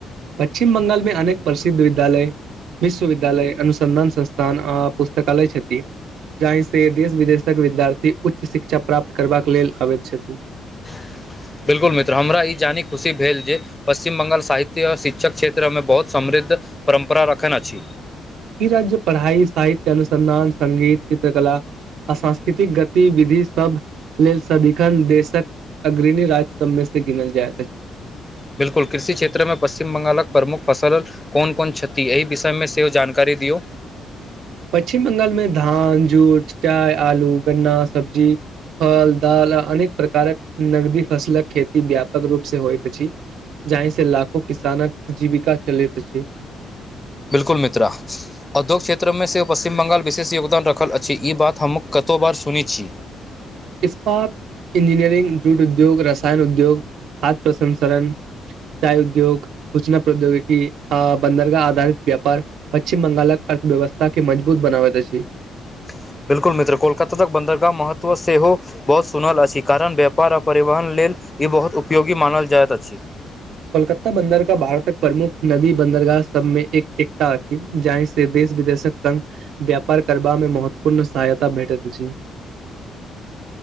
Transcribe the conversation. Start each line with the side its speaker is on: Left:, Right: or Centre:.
Right: पश्चिम बंगाल मे अनेक प्रसिद्ध विद्यालय विश्वविद्यालय अनुसन्धान संस्था पुस्तकालय छथि जाहिसँ देश विदेशक विद्यार्थी उच्च शिक्षा प्राप्त करबाक लेल आबैत छथि
Left: <inaudible> बिलकुल मित्र हमरा ई जानी खुशी भेल जे पश्चिम बंगाल साहित्य आ शिक्षक क्षेत्रमे बहुत समृद्ध परम्परा रखने अछि
Right: ई राज्य पढ़ाइ साहित्य अनुसन्धान सगीत चित्रकला अ सांस्कृतिक गतिविधि सब लेल सदिखन देशक अग्रणी राज्य सभमे से गिनल जाइत अछि
Left: बिलकुल कृषि क्षेत्र मे पश्चिम बंगालक प्रमुख फसल कोन कोन क्षति एहि विषय मे सेहो जानकारी दे दियौ
Right: पश्चिम बंगालमे धान जूट चाय आलू गन्ना सब्जी फल दाल अनेक प्रकारक नगदी फसल खेती व्यापक रूप से होइत अछि जाहि से लाखो किसानक जीविका चलैत अछि
Left: बिलकुल मित्र उद्योगिक क्षेत्रमे सेहो पश्चिम बङ्ंगाल विशेष योगदान रखल अछि ई बात हम कतहु बार सुनैत छी
Right: इस्पात इंजीनियरिंग जूट उद्योग रसायन उद्योग खाद्य प्रसंसण चाय उद्योग सूचना प्रौद्योगिकी आ बन्दरगाह आधारित व्यापार पश्चिम बंगालक अर्थव्यवस्था के मजबूत बनाबैत छै
Left: ह <inaudible> बिलकुल मित्र कोलकाता तक बन्दरगाह महत्व सेहो बहुत सुनल असी कारण व्यापार आ परिवहन लेल ई बहुत उपयोगी मानल जाइत अछि
Right: कोलकाता बंन्दरगाह भारतक प्रमुख नदी बंन्दरगाह सबमे एक एक थि जाहि से देश विदेशक संग व्यापार करबामे महत्वपूर्ण सहायता भेटैत अछि